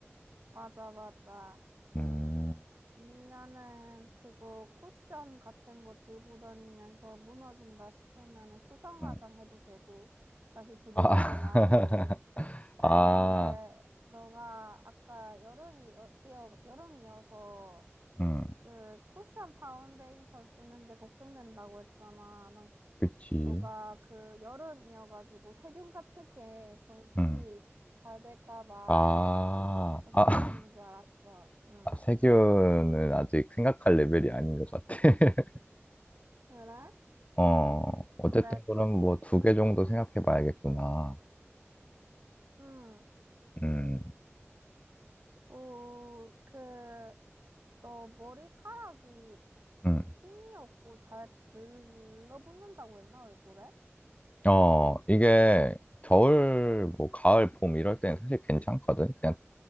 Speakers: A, on the right; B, on the left.
A: 맞아, 맞아.
B: 음,
A: 아니면은 그거 쿠션 같은 거 들고 다니면서 무너진다 싶으면은 수정
B: 음.
A: 화장 해도 되고 다시 두들기거나
B: 아,
A: 하는 걸로. 아이,
B: <laughs> 아,
A: 근데 너가 아까 여름이, 어- 이어, 여름이어서
B: 음,
A: 그 쿠션 파운데이션 쓰는 게 걱정된다고 했잖아. 난
B: 그치.
A: 너가 그 여름이어가지고 세균 같은 게 번식이
B: 음,
A: 잘 될까 봐
B: 아,
A: 걱정하는
B: 아, <laughs>
A: 줄 알았어. 응.
B: 아, 세균은 아직 생각할 레벨이 아닌 것 같아. <laughs>
A: 그래?
B: 어, 어쨌든
A: 근데
B: 그럼
A: 쿠션,
B: 뭐 두
A: 응,
B: 개 정도 생각해 봐야겠구나.
A: 응.
B: 음,
A: 또, 그, 너 머리카락이
B: 음.
A: 힘이 없고 잘 늘러붙는다고 했나, 얼굴에?
B: 어, 이게 겨울, 뭐 가을, 봄 이럴 때는 사실 괜찮거든. 그냥